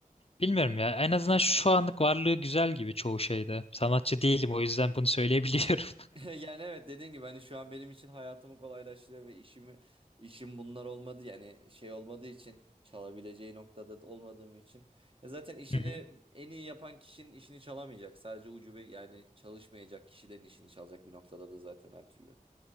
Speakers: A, on the left; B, on the right.
A: bilmiyorum ya. En azından şu anlık varlığı güzel gibi çoğu şeyde. Sanatçı değilim o yüzden bunu söyleyebiliyorum.
B: <laughs> Yani evet dediğin gibi hani şu an benim için hayatımı kolaylaştırıyor ve işimi işim bunlar olmadı yani şey olmadığı için çalabileceği noktada da olmadığım için ya zaten işini
A: <laughs> Hı hı.
B: en iyi yapan kişinin işini çalamayacak sadece ucube yani çalışmayacak kişilerin işini çalacak bir noktada da zaten her türlü.